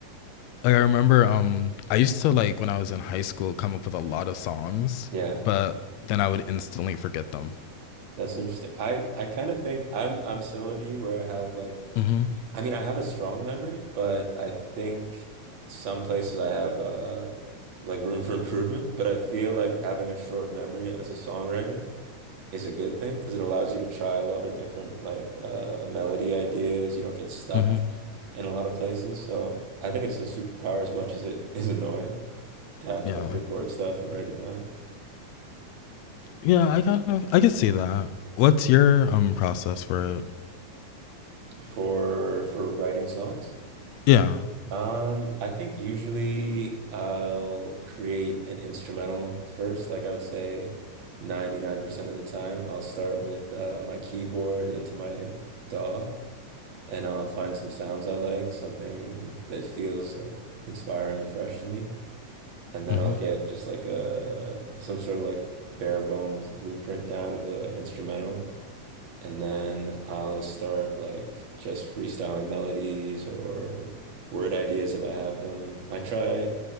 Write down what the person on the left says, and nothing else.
like I remember um I used to like when I was in high school come up with a lot of songs,
but then I would instantly forget them.
Mm-hmm.
Mm-hmm.
Yeah,
Yeah, I kind of I can see that. What's your um process for it?
Yeah.
hmm